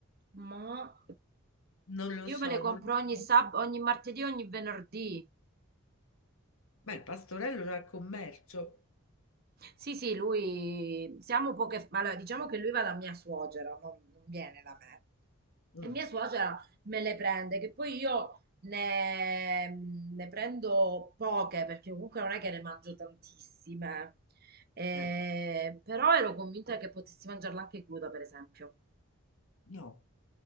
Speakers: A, on the right (about 45°); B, on the left (about 75°).
A: Ma
B: Non lo
A: io
B: so,
A: me le
B: non
A: compro
B: lo
A: ogni
B: so.
A: sab- ogni martedì, ogni venerdì.
B: Beh, il pastorello era il commercio.
A: Sì, sì, lui siamo poche, f- allora, diciamo che lui va da mia suocera, non, non viene da me.
B: Mm,
A: E mia suocera me le prende, che poi io ne, ne prendo poche, perché comunque non è che ne mangio tantissime. Eh,
B: eh,
A: però ero convinta che potessi mangiarla anche cruda, per esempio.
B: no.